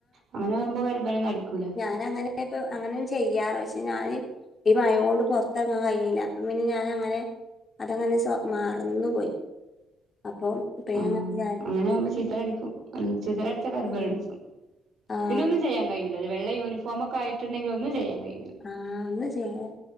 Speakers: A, on the right; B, on the left.
A: അങ്ങനെ ആകുമ്പോ കരിമ്പനൊന്നും അടികൂല.
B: <unintelligible> പക്ഷേ ഞാന് ഈ മയൊണ്ട് പൊറത്തിറങ്ങാൻ കയ്യിണില്ല, അപ്പം പിന്നെ ഞാനങ്ങനെ അതങ്ങനെ സൊ മറന്നു പോയി അപ്പം. ഇപ്പ
A: ആ
B: ഞാൻ അങ്ങനെ വിചാരിക്കേ
A: അങ്ങനെ ആകുമ്പോ ചീത്താൽ അടിക്കും. ചീത്താൽ അടിച്ച കരിമ്പന
B: ഉം
A: അടിച്ചും.
B: ആഹ്
A: പിന്നെ ഒന്നും ചെയ്യാൻ കഴിയൂല. വെള്ള യൂണിഫോം ഒക്കെ ആയിട്ടുണ്ടെങ്കിൽ ഒന്നും ചെയ്യാൻ കഴിയൂല.
B: ആഹ് ഒന്ന് ചെയ്യ